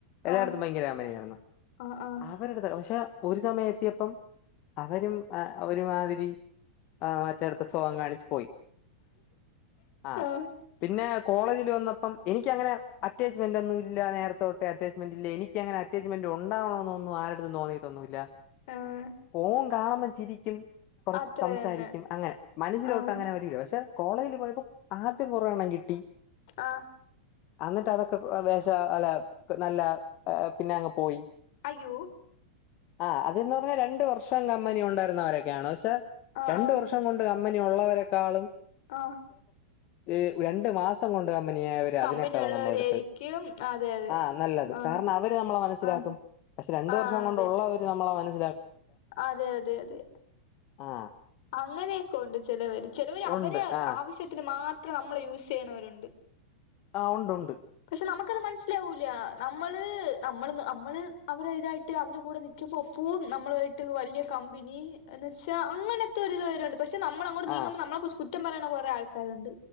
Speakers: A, on the left (about 35°); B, on the left (about 55°).
A: എല്ലായിടത്തും
B: ആഹ്
A: ഭയങ്കര കമ്പനിയാരുന്നു
B: ആഹ് ആഹ്
A: ആവരടുത്ത് പക്ഷെ ഒരു സമയെത്തിയപ്പം അവരും അ ഒരുമാതിരി ആ മറ്റടുത്തെ സ്വഭാവം കാണിച്ച്പോയി ആ
B: ആഹ്
A: പിന്നെ കോളേജില് വന്നപ്പം എനിക്ക് അങ്ങനെ അറ്റാച്ച്മെന്റൊന്നും ഇല്ല നേരത്തെ തൊട്ടെ അറ്റാച്ച്മെന്റില്ല എനിക്കങ്ങനെ അറ്റാച്ച്മെന്റുണ്ടാവണൊന്നൊന്നും ആരടത്തും തോന്നിട്ടൊന്നുല്ല
B: ആഹ്
A: ഫോൺ കാണുമ്പ ചിരിക്കും കുറച്ച്
B: അത്ര
A: സംസാരിക്കും
B: തന്നെ
A: അങ്ങനെ മനസ്സിലോട്ട്
B: ആഹ്
A: അങ്ങനെ വെ പക്ഷെ കോളേജില് പോയപ്പോ ആ <unintelligible> കൊറേയെണ്ണം കിട്ടി
B: ആഹ്
A: അന്നിട്ട് അതൊക്കെ വെ വേഷ അല്ല നല്ല അ പിന്നങ്ങ് പോയി
B: അയ്യോ
A: ആ അതന്ന് പറഞ്ഞാ രണ്ട് വർഷം കമ്പനി ഉണ്ടായിരുന്നവരൊക്കെയാണ് പക്ഷെ
B: ആഹ്
A: രണ്ട് വർഷം കൊണ്ട് കമ്പനിയുള്ളവരെ കാളും
B: ആ
A: ഏ രണ്ടു മാസം കൊണ്ട് കമ്പിനിയായവര്
B: കമ്പനി
A: അതിനെക്കാളും
B: ഉള്ളവരായിരിക്കും
A: നമ്മളടുത്ത്
B: അതെ അതെ
A: ആ് നല്ലത്
B: ആഹ്
A: കാരണം അവര് നമ്മളെ മനസ്സിലാക്കും
B: ആഹ്
A: പക്ഷെ രണ്ട്
B: ആഹ്
A: വർഷം കൊണ്ടുള്ളവര്
B: അതെ
A: നമ്മളെ മനസ്
B: അതെ അതെ അതെ
A: ആ
B: അങ്ങനെയൊക്കെയൊണ്ട് ചെലവര് ചിലവരവരെ
A: ഉണ്ട് ആ
B: ആവശ്യത്തിന് മാ ത്ര നമ്മള് യൂസ് ചെയ്യണവരുണ്ട്
A: ആ ഉണ്ട് ഉണ്ട്
B: പക്ഷെ നമുക്കത് മനസ്സിലാവൂല നമ്മള് നമ്മൾ നമ്മള് അവടെ ഇതായിട്ട് അവടെ കൂടെ നിക്കുമ്പോ ഒപ്പവും നമ്മളുമായിട്ട് വലിയ കമ്പനി എന്ന് വെച്ചാ അങ്ങനത്തെ ഒരുരിത് വരുണ്ട് പക്ഷെ നമ്മളങ്ങോട് നീങ്ങ
A: ആ
B: നമ്മള കുച്ച് കുറ്റം പറയണ കുറേ ആൾക്കാരുണ്ട്